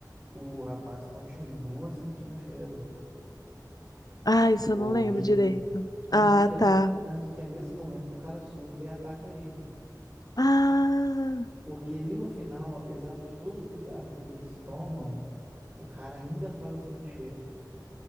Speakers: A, on the right; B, on the left.
A: o rapaz continua sentindo cheiro,
B: Ah, isso
A: o
B: eu não lembro
A: rico.
B: direito.
A: Tanto
B: Ah,
A: que, é-
B: tá.
A: tanto que é nesse momento que o cara surta e ataca ele.
B: Ah,
A: Porque ali no final, apesar de todo o cuidado que eles tomam, o cara ainda fala sobre o cheiro.